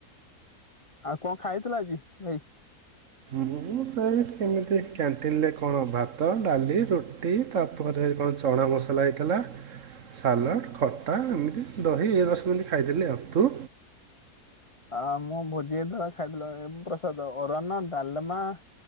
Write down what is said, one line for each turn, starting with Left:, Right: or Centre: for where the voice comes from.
Left: ଆଉ କଣ ଖାଇଥିଲା ଆଜି ଭାଇ?
Right: ମୁଁ ସାର୍ କେମିତି କ୍ୟାଣ୍ଟିନ୍ରରେ କଣ ଭାତ ଡାଲି ରୁଟି ତ ତା ପରେ କଣ ଚଣା ମସଲା ହେଇଥିଲା ସାଲଡ଼ ଖଟ ଖଟା ଏମିତି ଦହି ଏ ରସମିତି ଖାଇଦେଲେ ତୁ?
Left: ଆ ମୁଁ ଭୋଜି ଧର ଖାଇଥିଲ ପ୍ରସାଦ ଅରନ ଡାଲମା